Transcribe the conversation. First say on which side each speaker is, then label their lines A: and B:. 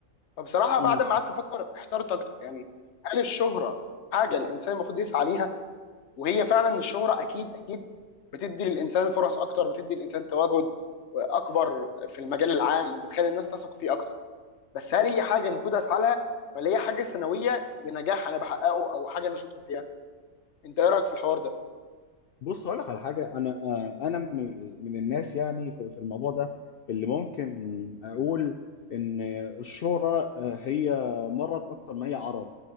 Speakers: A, on the left; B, on the left.
A: فبصراحه
B: مم.
A: بعد ما قعدت افكر احترت اكتر يعني هل الشهره حاجه الانسان المفروض يسعى ليها وهي فعلا الشهرة اكيد اكيد بتدي للانسان فرص اكتر بتدي للانسان تواجد اكبر في المجال العام وبتخلي الناس تثق فيه اكتر بس هل هي حاجه المفروض اسعى لها ولا هي حاجه ثانويه لنجاح انا بحققه او حاجه انا شاطر فيها انت ايه رايك في الحوار ده
B: بص اقول لك على حاجه انا آه، انا من ال- من الناس يعني في في الموضوع ده اللي ممكن اقول ان الشهره آه، هي مرض اكتر ما هي عرض